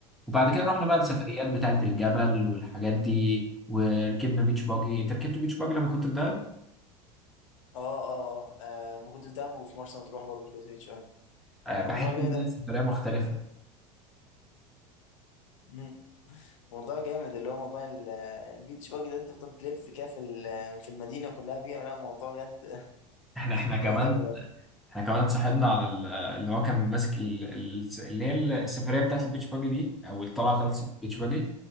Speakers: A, in the centre; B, on the left (about 60°).
A: وبعد كده رحنا بقى
B: مم.
A: السفريات بتاعة الجبل والحاجات دي وركبنا بيتش باجي أنت ركبت بيتش باجي لما كنت في دهب؟
B: اه اه اه آه، ما كنت في دهب وفي مرسى مطروح برضو كده شوية
A: آه، بحس
B: الموضوع جامد
A: إن هي سفرية مختلفة
B: أوي. موضوع جامد اللي هو موضوع ال- البيتش باجي ده تفضل تلف كده في ال- في المدينة كلها بيها لا موضوع بجد
A: احنا
B: <laughs>
A: احنا كمان
B: جامد أوي
A: احنا كمان صاحبنا على ال- اللي هو كان ماسك ال- ال- اللي هي السفريه بتاعت البيتش باجي دي او الطلعه بتاعت
B: مم.
A: البيتش باجي